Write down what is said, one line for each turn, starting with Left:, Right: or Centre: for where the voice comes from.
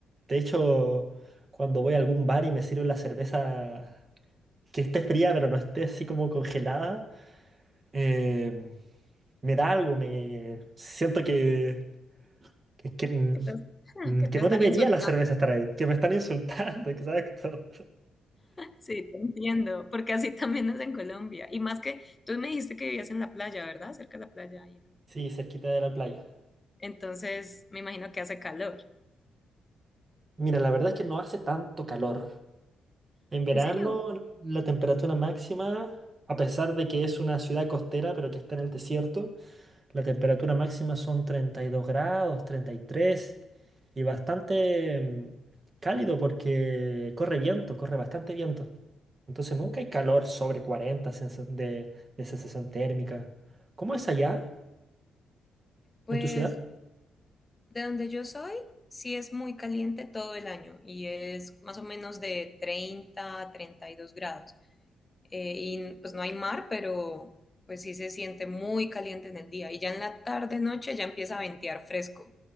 Right: De hecho, cuando voy a algún bar y me sirven la cerveza que esté fría, pero no esté así como congelada, eh, me da algo, me siento que, que, que, n-
Left: que te, <laughs> que te
Right: que no
Left: están
Right: debería
Left: insultando.
Right: la cerveza estar ahí, que me están insultando, <laughs> exacto.
Left: Sí, te entiendo, porque así <laughs> también es en Colombia. Y más que tú me dijiste que vivías en la playa, ¿verdad? Cerca de la playa. ahí en-
Right: Sí, cerquita de la playa.
Left: Entonces, me imagino que hace calor.
Right: Mira, la verdad es que no hace tanto calor. En verano
Left: ¿En serio?
Right: la temperatura máxima, a pesar de que es una ciudad costera, pero que está en el desierto, La temperatura máxima son 32 grados, treinta y tres y bastante mm, cálido porque corre viento, corre bastante viento. Entonces nunca hay calor sobre 40 sensa- de, de sensación térmica. ¿Cómo es allá
Left: Pues
Right: en tu ciudad?
Left: de donde yo soy, sí es muy caliente todo el año y es más o menos de 30 a 32 grados. Eh, y pues no hay mar, pero pues sí se siente muy caliente en el día. Y ya en la tarde, noche, ya empieza a ventear fresco.